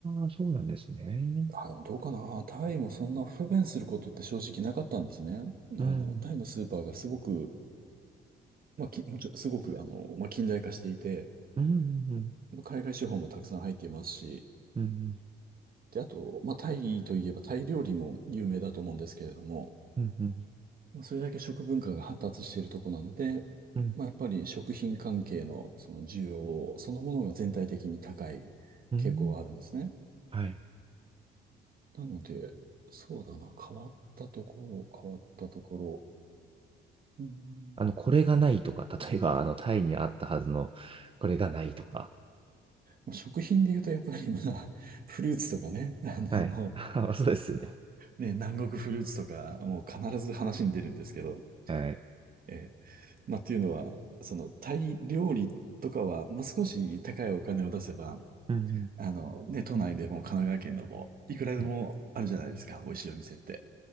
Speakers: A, on the right (about 25°); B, on the right (about 45°).
A: あー、そうなんですね。
B: あ、でもどうかな。タイもそんな不便することって正直なかったんですね。
A: うん、
B: あの、タイのスーパーがすごくまあ、き、もちろん、すごく、あの、まあ、近代化していて、
A: うん、うん、
B: まあ海外資本もたくさん入っていますし、
A: うん、
B: で、あと、まあ、タイといえば、タイ料理も有名だと思うんですけれども、
A: うん、うん、うん、
B: まあ、それだけ食文化が発達しているとこなので、
A: うん、
B: まあ、やっぱり食品関係のその需要そのものが全体的に高い傾向があるんですね。
A: うんはい。
B: なので、そうだな、変わったところ、変わったところ、うーん
A: あの、これがないとか、<laughs> 例えば、あの、タイにあったはずの、これがないとか。
B: まあ食品で言うと、やっぱりまあ、フルーツとかね、あの、
A: はい。<laughs> そうですよね。
B: ね、南国フルーツとか、もう必ず話に出るんですけど、
A: はい。
B: えーまあ、っていうのは、その、タイ料理とかは、まあ、少し高いお金を出せば、
A: うんうん。
B: あの、ね、都内でも神奈川県でも、いくらでもあるじゃないですか、
A: はい。
B: 美味しいお店って。